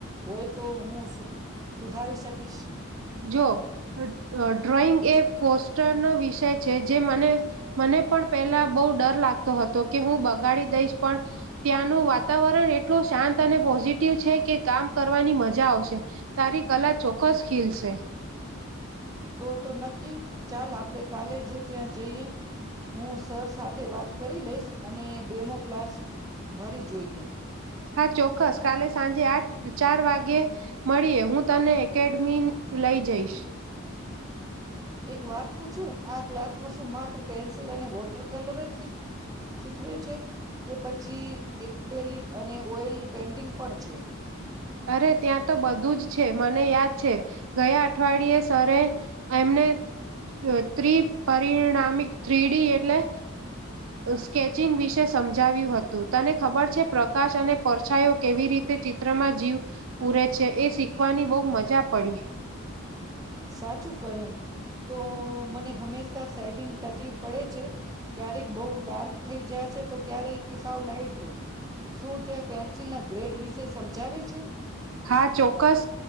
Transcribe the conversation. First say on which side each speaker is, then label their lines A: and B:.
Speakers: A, on the right (about 15°); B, on the right (about 70°).
A: હોય તો હું સુધારી શકીશ
B: જો ડ્રોઈંગ એ પોસ્ટર નો વિષય છે જે મને મને પણ પેલા બહુ ડર લાગતો હતો કે હું બગાડી દઈશ પણ ત્યાંનું વાતાવરણ એટલું શાંત અને પોઝિટિવ છે કે કામ કરવાની મજા આવશે. તારી કલા ચોક્કસ ખીલશે.
A: તો, તો નક્કી ચાલ આપણેે કાલે જ ત્યાં જઈએ. હું સર સાથે વાત કરી લઈશ અને ડેમો ક્લાસ ભરી જોઈએ.
B: હા ચોક્કસ કાલે સાંજે આજ ચાર વાગે મળીએ. હું તને એકેડમી લઈ જઈશ.
A: એક વાત પૂછું? આ ક્લાસમાં શું માત્ર પેન્સિલ અને વોટર કલર જ શીખ શીખવે છે. કે પછી એક્રેલિક અને ઓઇલ પેન્ટિંગ પણ છે.
B: અરે ત્યાં તો બધું જ છે. મને યાદ છે ગયા અઠવાડિયે સર એમને ટ્રી પરિણામિક થ્રીડી એટલે સ્કેચિંગ વિશે સમજાવ્યું હતું તને ખબર છે? પ્રકાશ અને પરછાયો કેવી રીતે ચિત્રમા જીવ પૂરે છે. એ શીખવાની બહ મજા પડી.
A: સાચું કહું તો મને હંમેશા શેડિંગ તકલીફ પડે છે. ક્યારેક બઉ ડાર્ક થઈ જાય છે તો ક્યારેક કે સાવ લાઈટ શું તે પેન્સિલના ગ્રેડ વિશે સમજાવે છે.
B: હા ચોક્કસ,